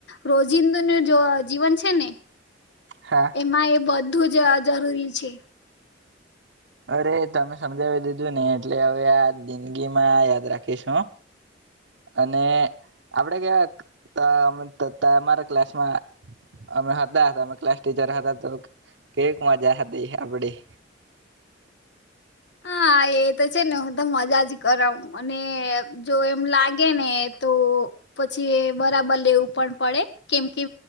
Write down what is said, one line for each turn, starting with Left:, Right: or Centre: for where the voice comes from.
Left: રોજિંદુ નું જો જીવન છે ને
Right: હા
Left: એમાં એ બ વધુ જ જરૂરી છે.
Right: અરે તમે સમજાવી દીધું ને એટલે હવે આ જિંદગીમાં યાદ રાખીશું અને આપડે કેવાંક ત તમ તમારા ક્લાસમાં અમે હતા અમે ક્લાસ ટીચર હતા તો કેવીક મજા હતી આપડી.
Left: હા એ તો છે ને હું તો મજા જ કરાવ મને જો એમ લાગે ને તો પછી બરાબર લેવું પણ પડે કેમ કે